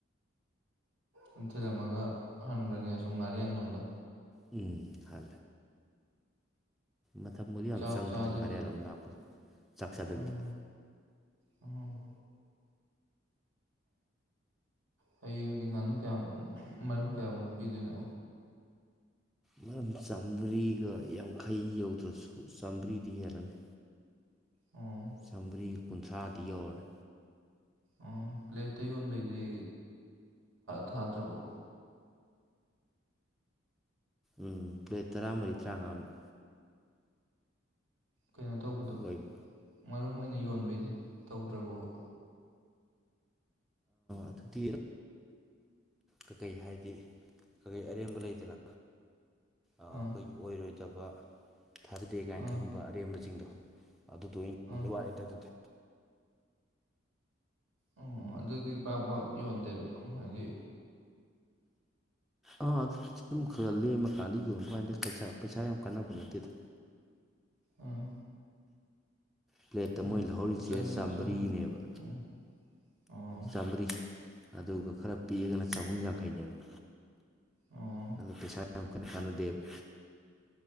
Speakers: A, on the right; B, in the centre.
A: ꯎꯝ ꯊꯤꯜꯂꯝꯃꯒ ꯍꯟꯈ꯭ꯔꯅꯤ ꯑꯁꯨꯝ ꯉꯥꯔꯤ ꯑꯟꯂꯣꯝꯗ
B: ꯎꯝ ꯍ ꯃꯇꯝꯊꯕꯨꯗꯤ ꯌꯥꯝ
A: ꯆꯥꯛ
B: ꯆꯪꯗꯦꯗ
A: ꯆꯥꯗꯕꯤ
B: ꯉꯥꯔꯌꯥꯣꯝ ꯂꯥꯛꯄꯗꯣ ꯆꯥꯛ ꯆꯗꯕꯤꯗ
A: ꯎꯝ ꯎꯝ ꯍꯌꯦꯡꯗꯤ ꯉꯥꯅꯨ ꯀꯌꯥꯃꯨ ꯃꯔꯨꯝ ꯀꯌꯥꯃꯨꯛ ꯄꯤꯗꯣꯏꯅꯣ
B: ꯃꯔꯝ ꯆꯥꯃꯔꯤꯒ ꯌꯥꯡꯈꯩ ꯌꯧꯗ꯭ꯔꯁꯨ ꯆꯥꯝꯃꯔꯤꯗꯤ ꯍꯦꯜꯂꯅꯤ
A: ꯑꯣ
B: ꯆꯃꯔꯤ ꯀꯨꯟꯊ꯭ꯔꯥꯗꯤ ꯌꯧꯔꯅꯤ
A: ꯎꯝ ꯄ꯭ꯂꯦꯠꯇ ꯌꯣꯟꯕꯩꯗꯤ ꯊꯥꯗ꯭ꯔꯕꯣ
B: ꯎꯝ ꯄ꯭ꯂꯦꯠ ꯇꯔꯥꯃꯔꯤ ꯇꯔꯥꯃꯉꯥꯃꯨꯛ
A: ꯀꯩꯅꯣ ꯇꯧꯕꯗꯣ
B: ꯑꯣꯏꯕ
A: ꯃꯔꯝ ꯑꯣꯏꯅ ꯌꯣꯟꯕꯩꯗꯤ ꯇꯧꯗ꯭ꯔꯕꯣꯕ
B: ꯑꯗꯨꯗꯤ ꯀꯀꯩ ꯍꯥꯏꯗꯤ ꯀꯀꯩ ꯑꯔꯦꯝꯕ ꯂꯩꯗꯅ ꯑꯩꯈꯣꯏ
A: ꯑꯥ
B: ꯑꯣꯏꯔꯣꯏꯗꯕ ꯊꯥꯖꯗꯦ ꯀꯥꯏꯅ
A: ꯑꯥ
B: ꯈꯟꯕ ꯑꯔꯦꯝꯕꯁꯤꯡꯗꯣ ꯑꯗꯨꯗꯣ
A: ꯑꯥ
B: ꯋꯥꯔꯦ ꯑꯗꯨꯗꯤ
A: ꯑꯣ ꯑꯗꯨꯗꯤ ꯄꯥꯛꯄ ꯌꯣꯟꯗꯦꯕ ꯑꯩꯗꯤ
B: ꯑꯥ ꯑꯗꯨ ꯁꯨꯝ ꯈꯔ ꯂꯦꯝꯃꯀꯥꯟꯗ ꯌꯣꯟꯕ ꯀꯥꯟꯗꯩ ꯄꯩꯁꯥ ꯌꯥꯝ ꯀꯥꯟꯅꯕ ꯅꯠꯇꯦꯗ
A: ꯑꯥ
B: ꯄ꯭ꯂꯦꯠꯇ
A: ꯎꯝ
B: ꯃꯣꯏꯍꯧꯔꯤꯁꯦ
A: ꯆꯅꯤ
B: ꯆꯥꯃꯔꯤꯅꯦꯕ
A: ꯆꯍꯨꯝ ꯎꯝ ꯑꯣ
B: ꯆꯥꯃꯔꯤ ꯑꯗꯨꯒ ꯈꯔ ꯄꯤꯔꯒꯅ ꯆꯍꯨꯝ ꯌꯥꯡꯈꯩꯅꯦꯕ
A: ꯑꯣ
B: ꯑꯗꯣ ꯄꯩꯁꯥ ꯌꯥꯝ ꯀꯟꯅ ꯀꯥꯟꯅꯗꯦꯕ